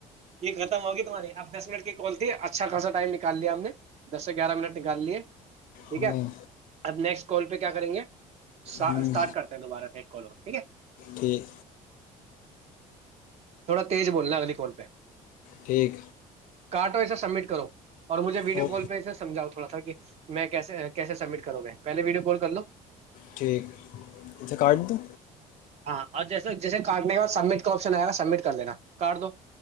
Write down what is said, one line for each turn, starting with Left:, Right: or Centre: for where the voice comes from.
Right: یہ ختم ہوگی تمہاری اب دس منٹ کی کال تھی اچھا خاصا ٹائم نکال لیا ہم نے دس سے گیارہ منٹ نکال لیے ٹھیک
Left: ہوں
Right: ہے اب نیکسٹ کال پہ کیا کریں گے اسٹارٹ
Left: ہوں
Right: کرتے ہیں دوبارہ سے ایک کالو ٹھیک ہے
Left: ٹھیک
Right: تھوڑا تیز بولنا اگلی کوال پہ
Left: ٹھیک
Right: کاٹ وس سبمٹ کرو اور مجھے ویڈیو
Left: او
Right: کال پہ ایےمجھؤ تو ڑا تھا کہ میں کیس کیسے سبمٹ کر گے پہے ویڈیو کال کر لو
Left: ٹھیک اے کاٹ دو
Right: ہاں اور جیسے جیسے کاٹنے کے بع سبمٹ کا آپشن آئے گا سبمٹ کر دینا کاٹ دو